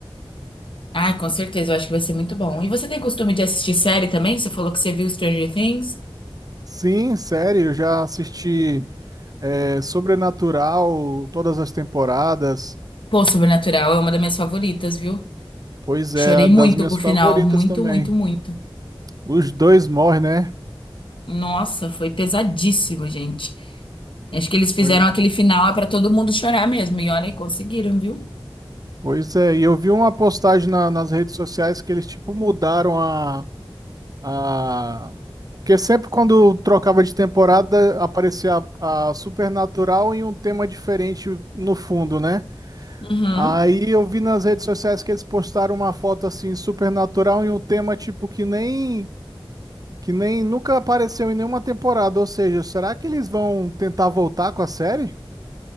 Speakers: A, on the left; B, on the right.
A: Ai, com certeza, eu acho que vai ser muito bom. E você tem costume de assistir série também? Você falou que você viu Stranger Things?
B: Sim, sério, eu já assisti é, Sobrenatural, todas as temporadas.
A: Pô, Sobrenatural é uma das minhas favoritas, viu?
B: Pois
A: Chorei
B: é, das
A: muito
B: minhas
A: com o
B: favoritas
A: final, muito,
B: também.
A: muito, muito.
B: Os dois morrem, né?
A: Nossa, foi pesadíssimo, gente. Acho que eles fizeram
B: Pois,
A: aquele final é pra todo mundo chorar mesmo. E olha, conseguiram, viu?
B: pois é, e eu vi uma postagem na- nas redes sociais que eles tipo mudaram a Ah, porque sempre quando trocava de temporada aparecia a, a Supernatural em um tema diferente no fundo, né?
A: Uhum.
B: Aí eu vi nas redes sociais que eles postaram uma foto assim, Supernatural em um tema tipo que nem que nem nunca apareceu em nenhuma temporada. Ou seja, será que eles vão tentar voltar com a série?